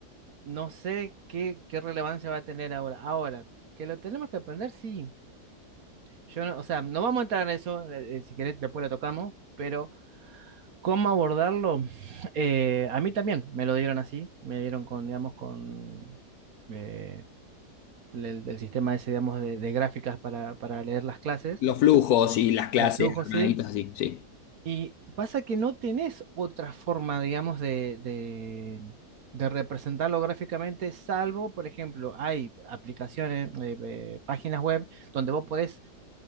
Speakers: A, on the right (about 60°); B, on the left (about 70°).
A: no sé qué, qué relevancia va a tener ahora. Ahora, que lo tenemos que aprender, sí. Yo no- o sea, no vamos a entrar en eso, eh, eh, si querés después lo tocamos, pero cómo abordarlo, <sniffs> eh, a mí también me lo dieron así, me dieron con, digamos, con eh, el, el sistema ese, digamos, de, de gráficas para para leer las clases.
B: Los flujos y las clases
A: Los flujos,
B: armaditas
A: sí.
B: así, sí.
A: Y pasa que no tenés otra forma, digamos, de, de, de representarlo gráficamente, salvo, por ejemplo, hay aplicaciones, eh, eh, páginas web donde vos podés